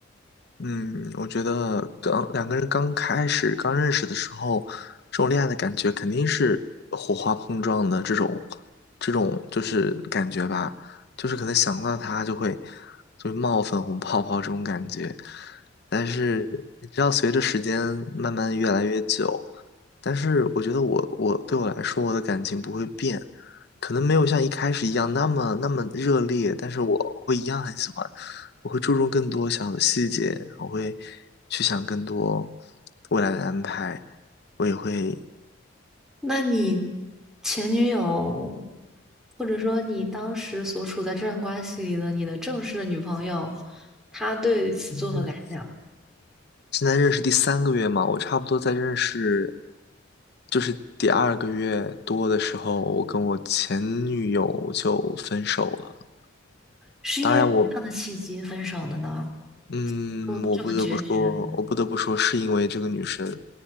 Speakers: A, on the left; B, in the centre.
A: 嗯，我觉得刚两个人刚开始刚认识的时候，这种恋爱的感觉肯定是火花碰撞的这种，这种就是感觉吧，就是可能想到他就会就会冒粉红泡泡这种感觉。但是你知道，随着时间慢慢越来越久，但是我觉得我我对我来说，我的感情不会变，可能没有像一开始一样那么那么热烈，但是我会一样很喜欢。我会注重更多小的细节，我会去想更多未来的安排，我也会，
B: 那你前女友，或者说你当时所处在这段关系里的你的正式的女朋友，她对此作何感想？
A: 嗯，现在认识第三个月嘛，我差不多在认识，就是第二个月多的时候，我跟我前女友就分手了。
B: 是因为什么样的契机分手的呢？
A: 当然，我嗯，
B: 就这么决绝？
A: 我不得不说，我不得不说，是因为这个女生，